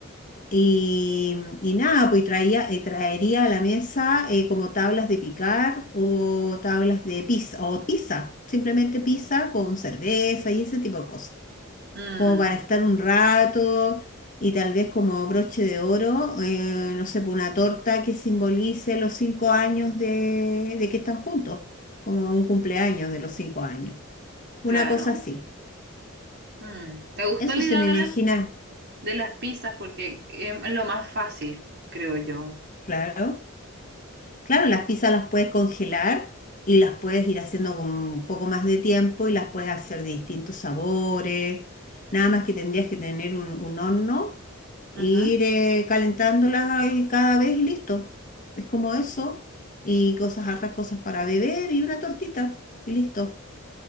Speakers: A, on the left; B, on the right.
A: Y, y nada, pues y traía, eh, traería a la mesa eh, como tablas de picar o tablas de pizza, o pizza, simplemente pizza con cerveza y ese tipo de cosas,
B: Mm,
A: como para estar un rato y tal vez como broche de oro, eh, no sé, pues una torta que simbolice los cinco años de, de que están juntos, como un cumpleaños de los cinco años, una
B: claro.
A: cosa así.
B: Mm. Me gustó
A: Eso
B: la
A: se
B: idea
A: me
B: de
A: imagina,
B: las, de las pizzas porque em, es lo más fácil, creo yo.
A: claro. Claro, las pizzas las puedes congelar y las puedes ir haciendo con un poco más de tiempo y las puedes hacer de distintos sabores. Nada más que tendrías que tener un, un horno e
B: Ujú.
A: ir eh, calentándolas ahí cada vez y listo. Es como eso. Y cosas, hartas cosas para beber y una tortita y listo.